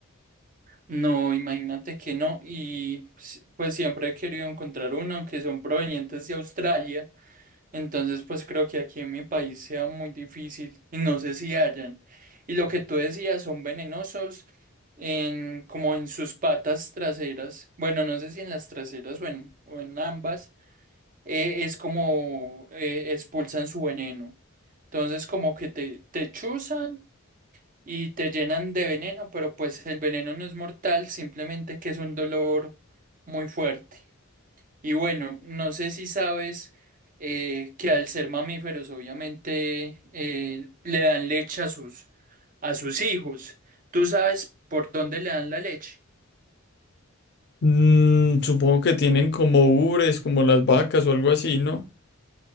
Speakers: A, on the right (about 40°); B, on the left (about 50°).
A: No, imagínate que no. Y pues pues siempre he querido encontrar uno, aunque son provenientes de Australia. Entonces, pues creo que aquí en mi país sea muy difícil y no sé si hayan. Y lo que tú decías, son venenosos en, como en sus patas traseras. Bueno, no sé si en las traseras o en, o en ambas. eh, es como eh, expulsan su veneno. Entonces, como que te, te chuzan y te llenan de veneno, pero pues el veneno no es mortal, simplemente que es un dolor muy fuerte. Y bueno, no sé si sabes eh, que al ser mamíferos obviamente eh, le dan leche a sus, a sus hijos. ¿Tú sabes por dónde le dan la leche?
B: Mm, supongo que tienen como ubres, como las vacas o algo así, ¿no?